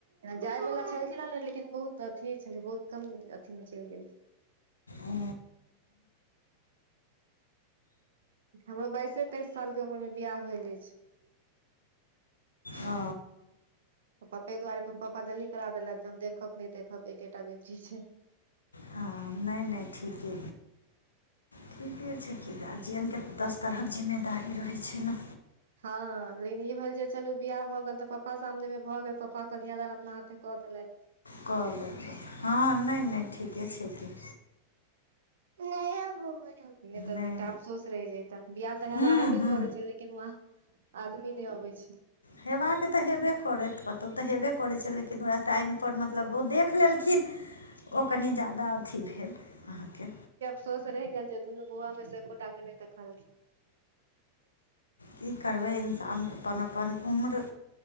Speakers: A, on the right (about 65°); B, on the left (about 75°).
A: जाय बाला छलखिन लेकिन बहुत अथी छल बहुत कम अथी मे चलि गेलखिन
B: ओ
A: हमरो बाइसे तेइस सालके उमरमे बियाह भेल अछि
B: ओ
A: पप्पे दुआरे अपन पप्पा जल्दी करा देलथि जे हम देखब नहि देखब एकेटा बेटी छै
B: हँ नहि नहि ठीके ठीके छै कि गार्जियनके दस तरहक जिम्मेदारी रहै छै ने
A: हँ लेकिन ई भेल जे चलू वबियाह भऽ गेल तऽ पप्पा सामनेमे भऽ गेल पप्पा कन्यादान अपना हाथे कऽ देलथि
B: कऽ लबै हँ नहि नहि ठीके छै कि
A: नय तऽ
B: नहि
A: बेटा अफसोस रहि जताे बियाह तऽ हे
B: हूँ
A: वहे पे
B: हूँ
A: करै छै लेकिन वह आदमी नहि अबै छै
B: हेबाके तऽ हेबे करत कतहु तऽ हेबे करै करै छलेकिन उएह टाइमपर मतलब ओ देख लेलखिन ओ कनि ज्यादा अथी भेल अहाँके
A: सोस रहि गेल छै जे धनू बुआमे से एको टा नहि देखल खिन
B: की करबै इंसान अपन अपन उम्र